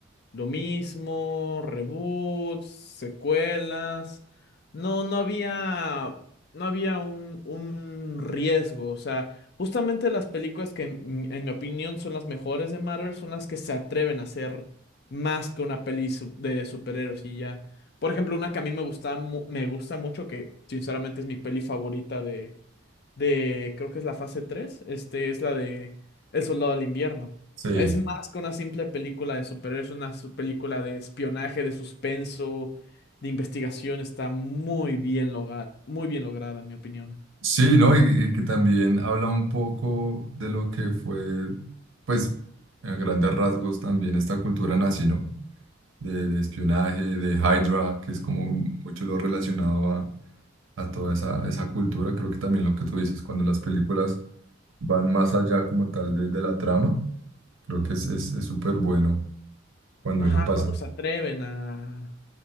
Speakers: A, on the left; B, on the right.
A: lo mismo, reboots, secuelas. No, no había, no había un, un riesgo. O sea, justamente las películas que en, en mi opinión son las mejores de Marvel son las que se atreven a hacer más que una peli su- de superhéroes y ya. Por ejemplo, una que a mí me gusta, mu- me gusta mucho, que sinceramente es mi peli favorita de, creo que es la fase 3 este es la de El Soldado del Invierno.
B: Sí.
A: Es más que una simple película de superhéroes, una su- película de espionaje, de suspenso, de investigación, está muy bien logra- muy bien lograda, en mi opinión.
B: Sí, ¿no? Y, y que también habla un poco de lo que fue, pues, a grandes rasgos también esta cultura nazi, ¿no? De, de espionaje, de Hydra, que es como mucho lo relacionado a, a toda esa, esa cultura. Creo que también lo que tú dices, cuando las películas van más allá como tal de, de la trama, creo que es, es, es súper bueno cuando
A: Ajá,
B: eso pasa.
A: cuando se atreven a,